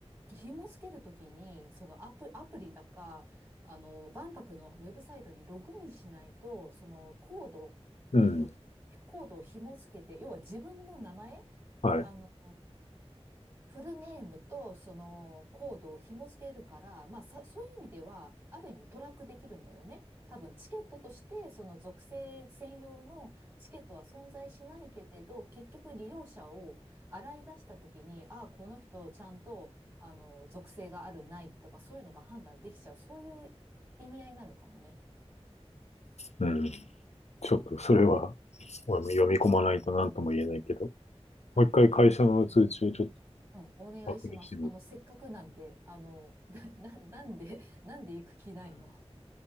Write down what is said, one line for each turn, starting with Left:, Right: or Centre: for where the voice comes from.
Right: 紐付けるときに、そのアプ、アプリだか、あの、万博のウェブサイトにログインしないと、そのコード、
Left: うん、
Right: えっと、コードを紐付けて、要は自分の名前、
Left: はい、
Right: あの、フルネームとそのコードを紐付けるから、まあさ、そういう意味では、ある意味トラックできるんだよね。多分チケットとして、その属性専用のチケットは存在しないけれど、結局利用者を洗い出したときに、ああ、この人ちゃんと、あの、属性があるないとか、そういうのが判断できちゃう。そういう意味合いなのかもね。
Left: うん。ちょっとそれは、
Right: うん。
Left: 俺も読み込まないと何とも言えないけど、
Right: うん。いや。はい。
Left: もう一回会社の通知をちょっと
Right: あの、とうん、お願いします。
Left: 確認してみる。
Right: あの、せっかくなんで、あの、<laughs> な、な、なんで、なんで行く気ないの